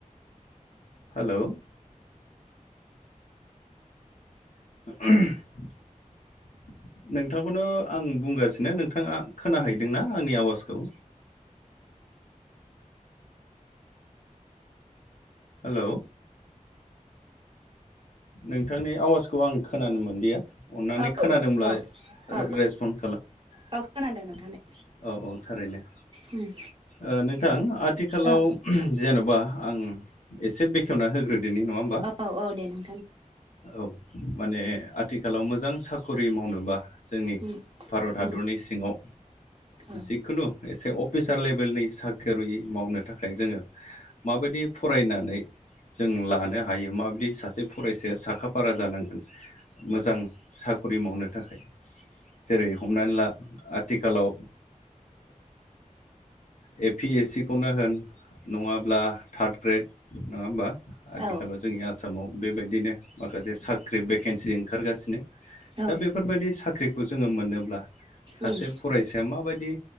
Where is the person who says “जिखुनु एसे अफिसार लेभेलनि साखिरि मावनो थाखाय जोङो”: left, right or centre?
Left